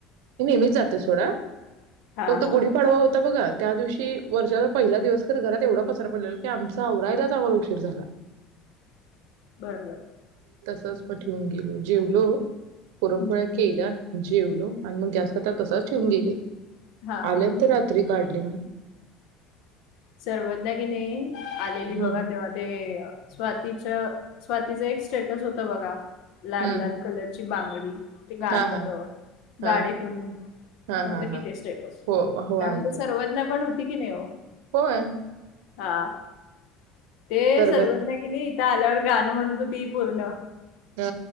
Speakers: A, on the right; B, on the left.
A: मी नेहमीच जाते सो सोडा
B: हा
A: फक्त
B: हा
A: गुढीपाडवा होत तर बघा. त्यादिवशी वर्षाचा पाहिला दिवस खर घरात एवढा पसारा पडलेला कि आमचं आवरायलाच आम्हाला उशीर झाला
B: बर बर
A: तसं प ठेवून गेलो जेवलो. पुरणपोळ्या
B: हम्म
A: केल्या. जेवलो आण मग गॅस कट्टा तसाच ठेवून गेले.
B: हा हा
A: आल्यानंतर
B: हा
A: रात्री काढ. हम्म
B: सर्वज्ञा कि नाई आलेली
A: हम्म
B: बघा तेव्हा ते स्वाती... तिचं स्वाती च एक स्टेटस होत बघा... लाल
A: हम्म
B: लाल कलर..... ची बांगडी...... ते गाण
A: हा
B: होत
A: हा हा
B: गाडीतून
A: हा
B: होत
A: हा हा
B: की ते स्टेटस
A: हो हो
B: त्यामध्ये
A: आहे की
B: सर्वज्ञा पण होती. की नाही ओ....
A: होय
B: हा ते
A: सर्वात
B: सर्वज्ञा की नाही... ईथ आल्यावर गाण म्हणत होती पूर्ण.
A: हा